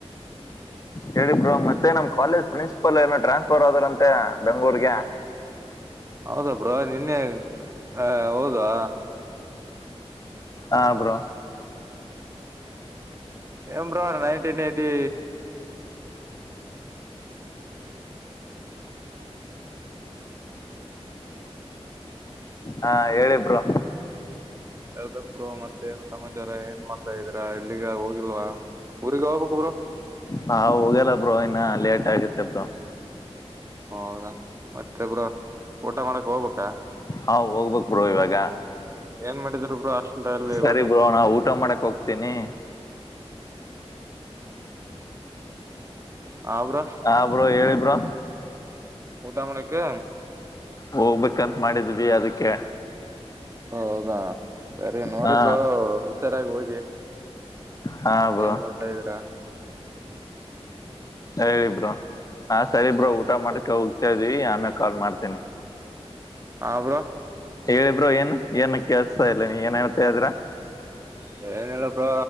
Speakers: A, on the left; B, on the right.
A: ಹೇಳಿಬ್ರೋ ಮತ್ತೆ ನಮ್ ಕಾಲೇಜ್ ಪ್ರಿನ್ಸಿಪಲ್ ಏನ ಟ್ರಾನ್ಸ್ಫರ್ ಆದಾರಂತೆ ಬೆಂಗಳೂರ್ ಗೆ ಹ
B: ಹೌದಾ ಬ್ರ ನಿನ್ನೆ ಹ ಹೌದಾ
A: ಹ ಬ್ರೋ
B: ಏ ನೈನ್ಟೀನ್ ಏಯ್ಟಿ
A: ಹಾ ಹೇಳಿಬರು
B: ಹೇಳ್ಬೇಕಕ್ ಬ್ರೋ ಮತ್ತೆ ಏನ್ ಸಮಾಚಾರ ಏನ್ ಮಾಡ್ತಾ ಇದಿದೀರಾ ಎಲ್ಲಿಗ ಹೋಗಿಲ್ವಾ ಊಗಬ ಕೊಬರ
A: ಹಾ ಹೋಗಲ್ಲ ಬ್ರೋ ಇನ್ನ ಲೇಟ್ ಆಗತ್ತ ಬ್ರೋ
B: ಹೌದಾ ಮತ್ತೊಬ್ರ ಊಟ ಮಾಡಕ್ ಹೋಗ್ಬೇಕ
A: ಹಾ ಹೋಗ್ಬೇಕ್ ಬ್ರೋ ಇವಾಗ
B: ಏನ್ ಮಾಡಿದ್ರ ಬ್ರೋ ಹಾಸ್ಟೆಲ್ ಅಲ್ಲಿ
A: ಸರಿ
B: ಊಟ
A: ಬ್ರೋ ನಾ ಊಟ ಮಾಡಕ್ ಹೋಗ್ತೀನಿ
B: ಆ ಬ್ರೋ
A: ಹ ಬ್ರೋ ಹೇಳಿ ಬ್ರೋ
B: ಊಟ ಮಾಡಕ್ಕೆ
A: ಹೋಗ್ಬೇಕಂತ ಮಾಡಿದೀವಿ ಅದಕ್ಕೆ
B: ಹೌದಾ ಸರಿ ನೋಡಿ
A: ಹಾ
B: ಬ್ರೋ ಹುಷಾರಾಗಿ ಹೋಗಿ
A: ಹಾ ಬ್ರೋ
B: ಏನ್ ಮಾಡ್ತಾ ಇದ್ರಾ
A: ಹೇಳಿಬ್ರರು ಹಾ ಸರಿಬ್ರರು ಊಟ ಮಾಡಕ್ಕೆ ಹೋಗ್ತಾ ಇದೀವಿ ಆಮೇ ಕಾಲ್ ಮಾಡ್ತೇನಿ
B: ಹ ಬ್ರೋ
A: ಹೇಳಿ ಬ್ರೋ ಏನ್ ಏನ್ ಕೇಳ್ತಾ ಇಲ್ಲ ನೀ ಏನ್ ಹೇಳ್ತ ಇದ್ರ
B: ಏನಿಲ್ಲ ಬ್ರೋ